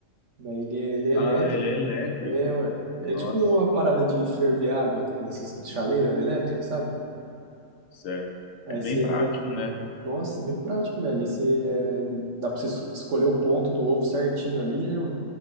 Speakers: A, on the right; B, on the left.
A: Daí ele, ele é elétrico.
B: Ah, ele é elétrico.
A: É, ué. Ele
B: Nossa,
A: é tipo uma parada de ferver água dessas chaleiras elétricas, sabe?
B: certo.
A: Aí
B: É bem
A: você
B: prático, né?
A: Nossa, bem prático, velho. E você, é, dá pra você es- escolher o ponto do ovo certinho ali, né? mano?